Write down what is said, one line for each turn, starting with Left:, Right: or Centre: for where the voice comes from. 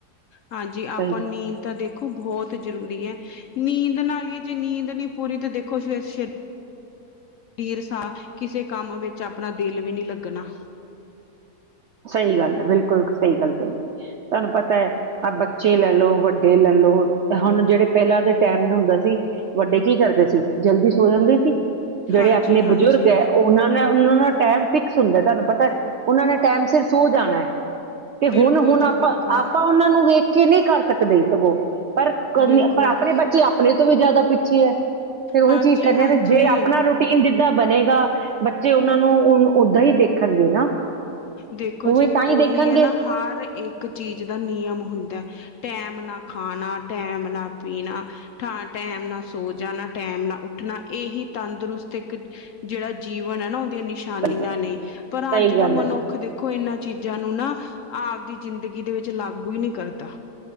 Left: ਹਾਂਜੀ।
Right: ਸਹੀ
Left: ਆਪਾਂ ਨੀੰਦ ਤਾਂ ਦੇਖ ਖੋ ਬਹੋਤ ਜਰੂਰੀ ਐ। ਨੀਂਦ ਨਾਲ ਈ ਏ ਜੇ ਨੀਂਦ ਨੀ ਪੂਰੀ ਤੇ ਦੇਖੋ ਫੇ ਸੇ਼ ਟੀਰਸਾ ਕਿਸੇ ਕੰਮ ਵੇਚ ਆਪਣਾ ਦੇਲ ਵੀ ਨੀ ਲੱਗਣਾ।
Right: ਸਈ ਗੱਲ ਐ। ਬਿਲਕੁਲ ਸਈ ਗੱਲ ਕਈ। ਤਾਨੂੰ ਪਤਾ ਐ ਆ ਬੱਚੇ ਲੈ ਲਓ, ਵੱਡੇ ਲੈ ਲਓ ਹੁਣ ਜੇੜੇ ਪੈਲਾਂ ਦੇ ਟੈਮ ਹੁੰਦਾ ਸੀ। ਵੱਡੇ ਕੀ ਕਰਦੇ ਸੀ। ਜਲਦੀ ਸੋ ਜਾਂਦੇ ਸੀ। ਜੇੜੇ
Left: ਹਾਂਜੀ
Right: ਅਪਣੇ
Left: ਹਾਂਜੀ
Right: ਬਜੁਰਗ ਐ ਓਨਾਂ ਓਨਾਂ ਦਾ ਟੈਮ ਫਿਕਸ ਹੁੰਦਾ ਐ ਤਾਨੂੰ ਪਤਾ ਐ। ਓਨਾਂ ਨੇ ਟੈਮ ਸਿਰ ਸੋ ਜਾਣਾ ਐ। ਤੇ
Left: ਬਿਲਕੁਲ
Right: ਹੁਨ ਹੁਨ
Left: ਜੀ
Right: ਆਪਾਂ
Left: ਬਿਲਕੁਲ
Right: ਆਪਾਂ ਓਨਾਂ ਨੂੰ ਵੇਖ ਕੇ ਨੀ ਕਰ ਸਕਦੇ ਸਗੋਂ। ਪਰ ਕਰਨੇ
Left: ਬਿਲਕੁਲ
Right: ਅਪਣੇ ਬੱਚੇ ਅਪਣੇ ਤੋਂ ਵੀ ਜਾਦਾ ਪਿੱਛੇ ਐ। ਫੇਰ ਓਹੀ
Left: ਹਾਂਜੀ
Right: ਚੀਜ ਕਰਨੇ
Left: ਹਾਂਜੀ
Right: ਆਂ ਜੇ ਆਪਣਾ ਰੁਟ ਟੀਨ ਜਿੱਦਾਂ ਬਨੇਗਾ। ਬੱਚੇ ਓਨਾਂ ਨੂੰ ਉਨ ਓਦਾਂ ਈ ਦੇਖਣਗੇ ਨਾ
Left: ਦੇਖੋ
Right: ਉਵੇਂ
Left: ਜੀ
Right: ਤਾਂ ਹੀ
Left: ਓਹੀ
Right: ਦੇਖਣਗੇ
Left: ਐ ਨਾ ਹਰ ਇੱਕ ਚੀਜ ਦਾ ਨਿਯਮ ਹੁੰਦਾ ਐ। ਟੈਮ ਨਾ ਖਾਨਾ ਟੈਮ ਨਾ ਪੀਣਾ। ਠਾ ਟੈਮ ਨਾ ਸੋ ਜਾਣਾ ਟੈਮ ਨਾ ਉੱਠਣਾ ਇਹੀ ਤੰਦਰੁਸਤ ਇੱਕ ਜਿਹੜਾ ਜੀਵਨ ਐ ਨਾ ਉਹਦੀਆਂ ਨਿਸ਼ਾਨੀਆਂ
Right: ਸਹੀ ਗੱਲ
Left: ਨੇ, ਪਰ
Right: ਸਹੀ
Left: ਅੱਜ ਦਾ
Right: ਗੱਲ
Left: ਮਨੁੱ
Right: ਹੈ ਬਿਲਕੁਲ
Left: ਦੇਖੋ ਇਹਨਾਂ ਚੀਜ਼ਾਂ ਨੂੰ ਨਾ ਆਪਦੀ ਜ਼ਿੰਦਗੀ ਦੇ ਵਿੱਚ ਲਾਗੂ ਈ ਨੀ ਕਰਦਾਂ।